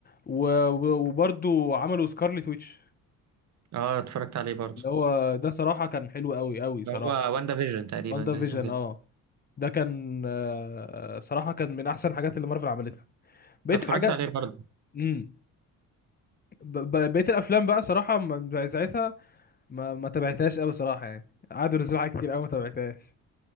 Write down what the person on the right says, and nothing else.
اه اتفرجت عليه برضه
اللي هو واندا فيجن تقريبا
كان
اسمه كده
اتفرجت
عليه برضه